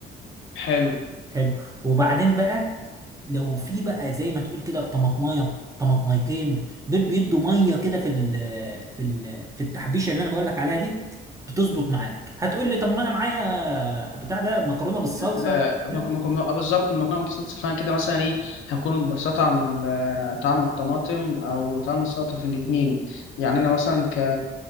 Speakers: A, on the left; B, on the right.
A: حلو
B: حلو وبعدين بقى لو في بقى زي ما تقول كده طماطمايه طماطميتين دول بيدوا ميه كده في ال في ال في التحبيشه اللي انا بقول لك عليها دي بتظبط معاك هتقول لي طب ما انا معايا بتاع ده مكرونه بالصلصه
A: لا
B: و...
A: ممكن
B: لا
A: ممكن آه، بالظبط المكرونه بالصلصه فانا كده مثلا ايه هكون ببساطة طعم ال- طعم الطماطم او طعم السلطه في الاتنين يعني انا مثلا ك